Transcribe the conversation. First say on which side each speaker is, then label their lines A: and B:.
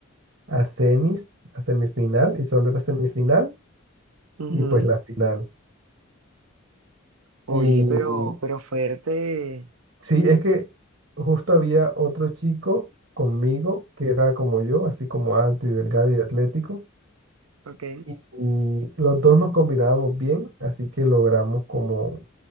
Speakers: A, on the right (about 60°); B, on the right (about 80°).
A: a semis, a semifinal, y solo era semifinal,
B: Ujú.
A: y pues la final.
B: Oye,
A: Y
B: pero, pero fuerte.
A: sí, es que justo había otro chico conmigo que era como yo, así como alto y delgado y atlético.
B: Ok.
A: Y, y los dos nos combinábamos bien, así que logramos como